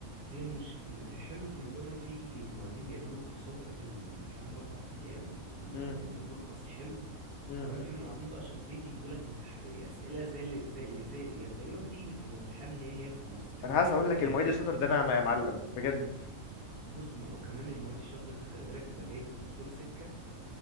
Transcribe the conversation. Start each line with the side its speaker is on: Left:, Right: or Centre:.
Right: هي المشكله الحلو في الموضوع ان هو في معيدين بيعملوا كورسات قبل الامتحان باربع ايام وبيعملوا
Left: مم.
Right: ملخص حلو
Left: مم.
Right: وكمان
Left: مم.
Right: في معيدين بقى شاطرين بيجيبوا لك امتح... ايه، اسئله زي اللي زي اللي زي يعني تقريبا بتيجي في الامتحان هي هي بالنص يعني
Left: انا عايز اقول لك
Right: بيقوم
Left: المعيد
Right: يت-
Left: الشاطر ده نعمه يا معلم بجد
Right: بص ما هو كمان المعيد الشاطر ده خلي بالك بيبقى جايب الدكتور سكه